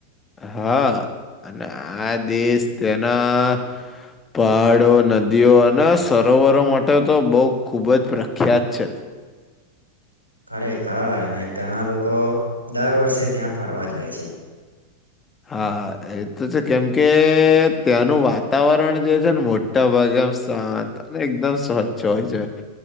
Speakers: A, on the left; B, on the left.
A: હા અને આ દેશ તેના પહાડો નદીઓ અને સરોવરો માટે તો બહ ખૂબ જ પ્રખ્યાત છે.
B: ખરેખર અને ઘણા લોકો દર વર્ષે ત્યાં ફરવા જાય છે.
A: હા એ તો છે કેમ કે ત્યાંનું વાતાવરણ જે છે ને મોટા ભાગે એકમ શાંત અને એકદમ સ્વચ્છ હોય છે.